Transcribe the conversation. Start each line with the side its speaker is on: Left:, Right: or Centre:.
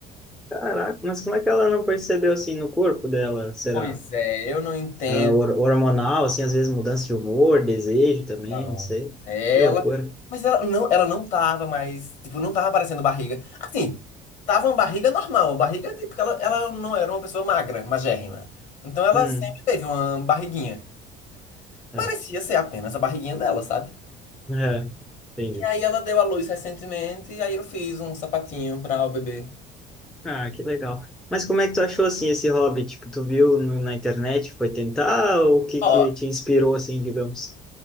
Centre: Caraca, mas como é que ela não percebeu assim no corpo dela? Será?
Left: Pois é, eu não entendo.
Centre: Ah, hor- hormonal, assim, às vezes mudança de humor, desejo também,
Left: Não.
Centre: não sei.
Left: Ela.
Centre: Que loucura.
Left: Mas ela não, ela não tava mais. Tipo, não tava aparecendo barriga. Assim, tava uma barriga normal. Uma barriga, tipo, que ela, ela não era uma pessoa magra, magérrima. Então ela
Centre: Hum.
Left: sempre teve uma barriguinha.
Centre: É.
Left: Parecia ser apenas a barriguinha dela, sabe?
Centre: É. Entendi.
Left: E aí ela deu à luz recentemente. E aí eu fiz um sapatinho pra o bebê.
Centre: Ah, que legal. Mas como é que tu achou assim esse hobby? Tipo, tu viu no- na internet, foi tentar, ou o que
Left: Ó,
Centre: que te inspirou assim, digamos?